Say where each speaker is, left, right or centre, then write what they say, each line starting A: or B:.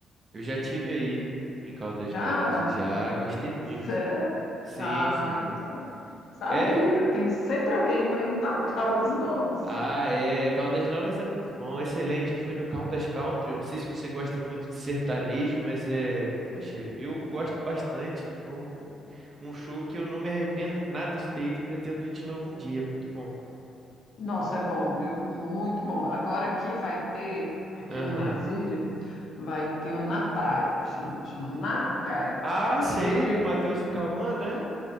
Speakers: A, on the right; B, on the left.
A: Eu já tive aí em Caldas
B: Já?
A: Novas. Já gostei muito.
B: Sério?
A: Sim,
B: Ah,
A: sim.
B: então. Sabia,
A: É,
B: tem sempre alguém para ir para Caldas Novas.
A: ah, é, Caldas Novas é muito bom, excelente. Eu fui no Caldas Country, eu não sei se você gosta muito de sertanejo, mas é, poxa, eu gosto bastante. Foi um, um show que eu não me arrependo nada de ter ido e pretendo ir de novo um dia. Muito bom.
B: Nossa, é bom, viu? Muito bom. Agora aqui vai ter, aqui
A: Aham.
B: em Brasília, vai ter o Na Praia, que chama, chama Na Praia.
A: Ah, sei,
B: E o primeiro.
A: do Matheus e Cauã, né?